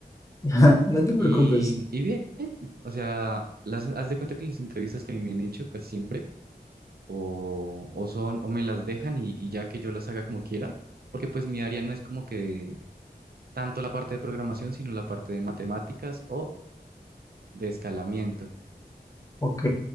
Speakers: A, on the left; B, on the right.
A: <laughs> No te preocupes.
B: Y, y bien, o sea, las, haz de cuenta que las entrevistas que a mí me han hecho casi siempre o, o son, o me las dejan y, y ya que yo las haga como quiera, porque pues mi área no es como que tanto la parte de programación, sino la parte de matemáticas o de escalamiento.
A: Ok.